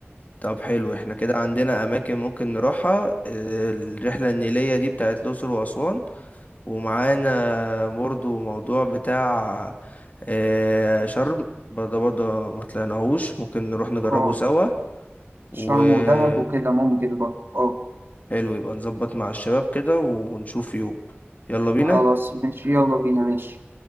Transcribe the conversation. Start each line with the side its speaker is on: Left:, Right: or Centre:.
Left: طب حلو احنا كده عندنا أماكن ممكن نروحها آه، الرحلة النيلية دي بتاعت الأقصر وأسوان ومعانا برضو موضوع بتاع آه، شرم برضه برضه ما طلعناهوش ممكن نروح نجربه
Right: اه
Left: سوا وحلو
Right: شرم ودهب وكده ممكن برضه اه
Left: يبقى نظبط مع الشباب كده ونشوف يوم يلا بينا
Right: خلاص ماشي يلا بينا ماشي